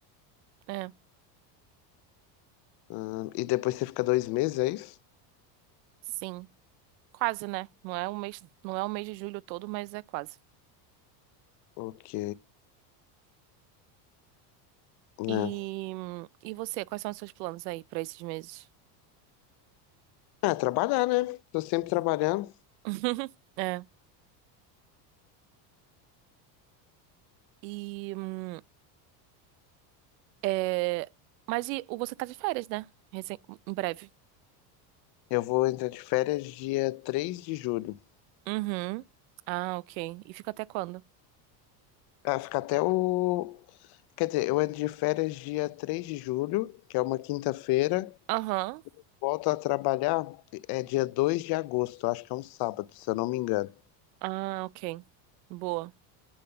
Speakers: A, on the right; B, on the left.
A: É,
B: Hum, e depois você fica dois meses, é isso?
A: sim. Quase, né? Não é o mês, não é o mês de julho todo, mas é quase.
B: Ok. Né?
A: E, e você, quais são os seus planos aí pra esses meses?
B: Ah, trabalhar, né? Tô sempre trabalhando.
A: <laughs> É. E. hum, É... Mas e o você tá de férias, né? Recen- Em breve.
B: Eu vou entrar de férias dia 3 de julho.
A: Uhum. Ah, ok. E fica até quando?
B: Ah, fica até o. Quer dizer, eu entro de férias dia 3 de julho, que é uma quinta-feira.
A: Aham.
B: Volto a trabalhar é dia 2 de agosto, acho que é um sábado, se eu não me engano.
A: Ah, ok. Boa.